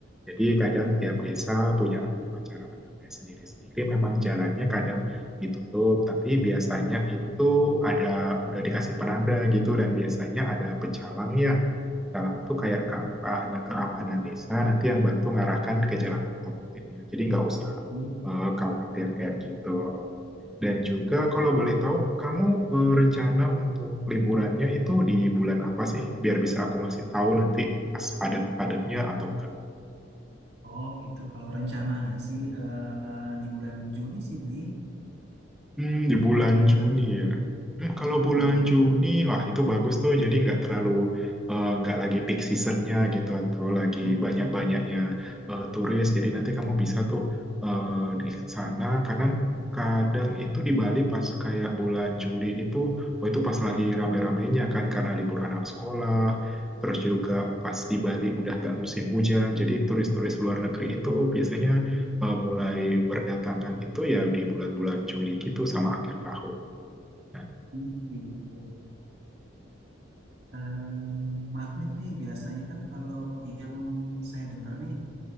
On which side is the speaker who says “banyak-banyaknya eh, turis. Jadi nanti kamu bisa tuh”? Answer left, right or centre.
Centre